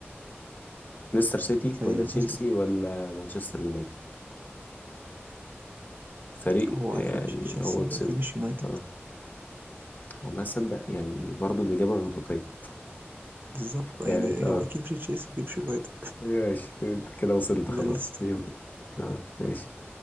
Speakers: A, on the left; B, on the right.
A: ليستر سيتي
B: الفريق
A: ولا
B: اللي
A: تشيلسي
B: فاز
A: ولا مانشستر يونايتد فريق
B: هو
A: يعني
B: أكيد مش تشيلسي
A: هو كسبها
B: وأكيد مش يونايتد
A: اه والله صدق يعني برضو الاجابه منطقيه
B: بالظبط يعني
A: <laughs> يعني اه
B: هو أكيد مش تشيلسي وأكيد مش يونايتد
A: ماشي انت كده وصلت
B: يبقى
A: خلاص
B: ليستر
A: يبقى اه ماشي